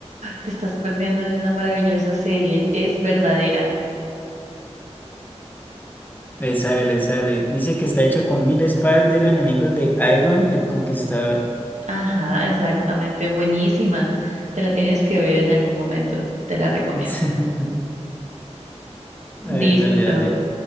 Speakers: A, on the right; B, on the left.
A: Te estás perdiendo de una maravillosa serie. Es verdadera.
B: Le sale, le sale. Dice que está hecho con mil espadas de los enemigos de Aegon el Conquistador.
A: Ajá, exactamente. Buenísima. Te la tienes que ver en algún momento. Te la recomiendo.
B: <laughs>
A: Listo.
B: A ver, dale, dale.